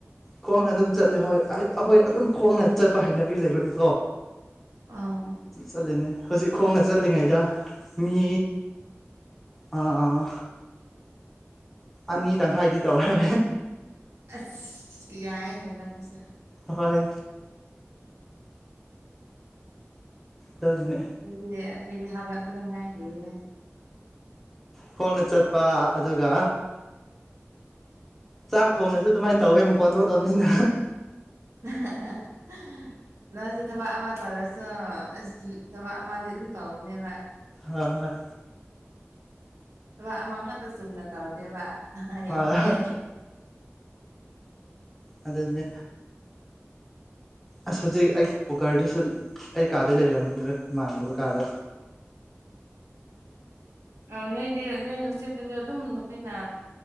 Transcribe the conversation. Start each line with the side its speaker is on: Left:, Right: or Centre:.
Centre: ꯈꯣꯡꯅ ꯑꯗꯨꯝ ꯆꯠꯂꯦ ꯍꯣꯏ ꯑꯈꯣꯏꯗꯤ ꯑꯗꯨꯝ ꯈꯣꯡꯅ ꯆꯠꯄꯒꯤ ꯍꯩꯅꯕꯤ ꯂꯩꯕꯒꯤꯅꯦ꯫
Right: ꯑꯣ
Centre: ꯆꯠꯂꯤꯅꯦ ꯍꯧꯖꯤꯛ ꯈꯣꯡꯅ ꯆꯠꯂꯤꯉꯩꯗ ꯃꯤ ꯑꯥ ꯑꯅꯤ ꯇꯪꯈꯥꯏꯗꯤ ꯇꯧꯔꯦ
Right: ꯑꯁ ꯌꯥꯏꯅꯦ ꯅꯪ ꯁꯦ
Centre: ꯍꯣꯏ ꯇꯧꯔꯤꯅꯦ
Right: <unintelligible> ꯍꯧꯒꯠꯄꯗ ꯉꯥꯏꯔꯤꯌꯦ
Centre: ꯈꯣꯡꯅ ꯆꯠꯄ ꯑꯗꯨꯒ ꯆꯥꯛ ꯊꯣꯡꯅꯁꯨ ꯑꯗꯨꯝꯃꯥꯏ ꯇꯧꯋꯦ ꯃꯈꯣꯟ ꯊꯣꯛꯇꯝꯅꯤꯅ
Right: <unintelligible> ꯅꯪꯁꯦ ꯊꯕꯛ ꯑꯃ ꯇꯧꯔꯁꯨ‌ <unintelligible> ꯊꯕꯛ ꯑꯃꯗꯤ ꯑꯗꯨꯝ ꯇꯧꯕꯅꯦꯕ
Centre: ꯑ ꯍꯣꯏ
Right: ꯊꯕꯛ ꯑꯃ ꯉꯥꯛꯇ ꯆꯨꯝꯅ ꯇꯧꯗꯦꯕ ꯌꯥꯝ
Centre: ꯍꯣꯏ
Right: ꯐꯩ
Centre: ꯑꯗꯨꯅꯦ ꯑꯁ ꯍꯧꯖꯤꯛ ꯑꯩ ꯀꯨꯀꯔꯗꯨꯁꯨ ꯑꯩ ꯀꯥꯗ ꯂꯩꯔꯝ <unintelligible> ꯏꯃꯥꯟꯅꯕ ꯀꯥꯗ
Right: ꯑꫭ ꯅꯣꯏꯗꯤ ꯅꯣꯏ ꯍꯣꯁꯇꯦꯜꯗꯨꯗ ꯑꯗꯨꯝ ꯅꯈꯣꯏꯅ